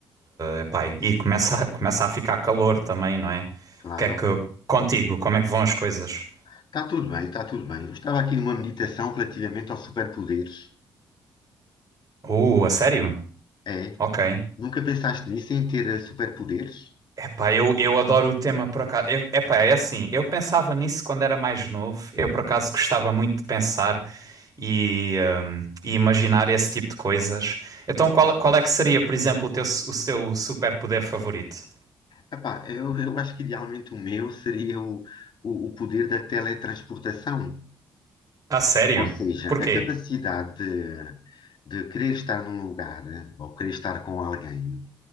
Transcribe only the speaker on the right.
é pá, e começa, a- <laughs> começa a ficar calor também, não é?
O que é que, contigo, como é que vão as coisas?
Uh, a sério?
Ok.
Epá, eu, eu adoro o tema por acaso. Eu, epá, é assim, eu pensava nisso quando era mais novo. Eu por acaso gostava muito de pensar e, hum, e imaginar esse tipo de coisas. Então, qual, qual é que seria, por exemplo, o teu, su- o teu superpoder favorito?
Ah, sério?
Porquê?